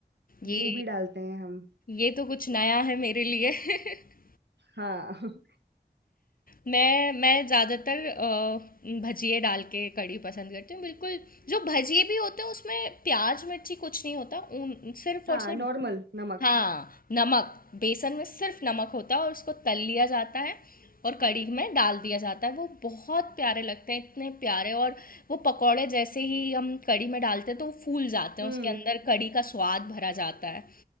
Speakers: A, on the left; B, on the right.
A: ये
B: वो भी डालते हैं हम
A: ये तो कुछ नया है मेरे लिए <laughs>
B: हाँ <laughs>
A: मैं मैं ज़्यादातर अ, भजिए डाल के कढ़ी पसंद करती हूँ बिल्कुल जो भजिए भी होते हैं उसमें प्याज मिर्ची कुछ नहीं होता उन सिर्फ
B: हाँ
A: और सिर्फ
B: नॉर्मल नमक
A: हाँ नमक बेसन में सिर्फ नमक होता है और उसको तल लिया जाता है और कढ़ी में डाल दिया जाता है वो बहुत प्यारे लगते हैं इतने प्यारे और वो पकौड़े जैसे ही हम कढ़ी में डालते हैं तो वो फूल जाते हैं
B: हम्म
A: उसके अंदर कढ़ी का स्वाद भरा जाता है